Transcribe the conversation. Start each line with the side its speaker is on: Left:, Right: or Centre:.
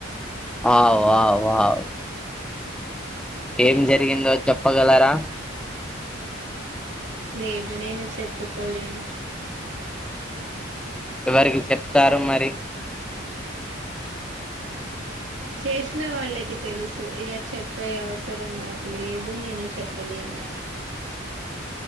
Centre: ఆవు వావ్ వావ్ ఏం జరిగిందో చెప్ప పగలరా
Right: లేదు నేను చెప్పుకోలేను
Centre: ఎవరికి చెప్తారు మరి
Right: చేసిన వాళ్ళకి తెలుసు ఎలా చెప్పే అవసరం నాకు లేదు నేను చెప్పలేను